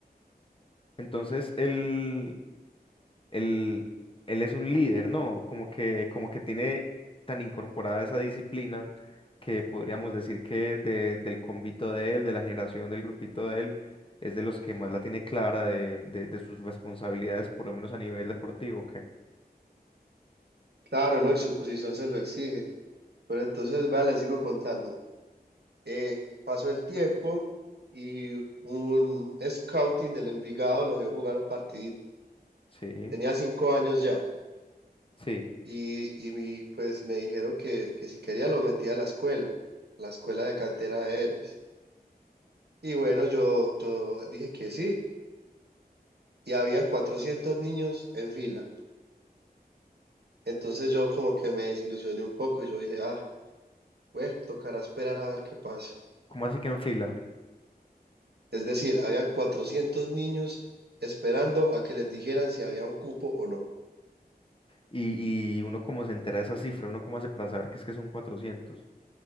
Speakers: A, on the left; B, on the right.
A: Entonces, él, él, él es un líder, ¿no? Como que, como que tiene tan incorporada esa disciplina que podríamos decir que de- del convito de él, de la generación del grupito de él, es de los que más la tiene clara de, de, de sus responsabilidades, por lo menos a nivel deportivo, que
B: Claro, ¿no? Y su posición se lo exige. Pero entonces, vale, le sigo contando. Eh, pasó el tiempo y un scouting del Envigado lo vio jugar un partidito.
A: sí,
B: Tenía cinco años ya.
A: sí.
B: Y, y mi- pues me dijeron que, que si quería lo metía a la escuela, la escuela de cantera de héroes. Y bueno, yo, yo dije que sí, y habían 400 niños en fila. Entonces yo como que me desilusioné un poco y yo dije, ah, bueno, tocará esperar a ver qué pasa.
A: ¿Cómo así que en fila?
B: Es decir, habían 400 niños esperando a que les dijeran si había un cupo o no.
A: Y, y uno como se entera de esa cifra, uno como hace para saber que es que son cuatrocientos?